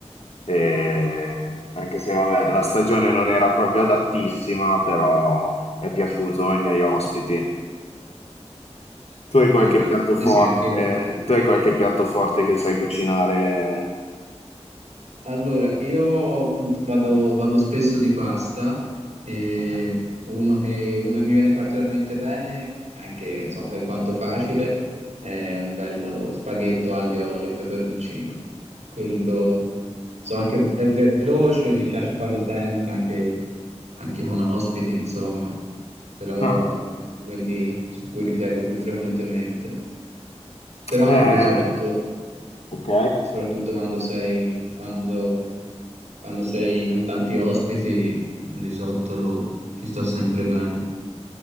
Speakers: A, on the left (about 65°); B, on the right (about 70°).
A: e anche se vabbè, la stagione non era proprio adattissima, però è piaciuto ai miei ospiti. Tu hai qualche
B: Eh, beh,
A: piatto
B: sì,
A: forte?
B: sì, anch'io.
A: Tu hai qualche piatto forte che sai cucinare?
B: Allora, io appunto, vado, vado spesso di pasta e
A: Ok.
B: uno che, uno che mi viene particolarmente bene, anche insomma, per quanto facile, è un bello spaghetto aglio, olio e peperoncino. Quello insomma, anche, è veloce, mi piace farlo sempre, anche, anche con ospiti, insomma, però
A: Ah.
B: è uno di quelli su cui ripiego più frequentemente. Però
A: Eh,
B: anche il risotto
A: ok.
B: soprattutto quando sei, quando, quando sei con tanti ospiti, il risotto ti sta sempre bene,